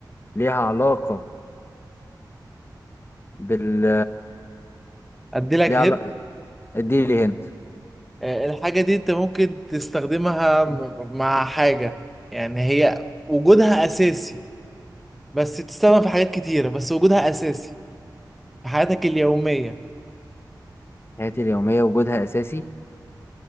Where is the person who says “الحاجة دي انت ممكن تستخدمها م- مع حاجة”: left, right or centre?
Centre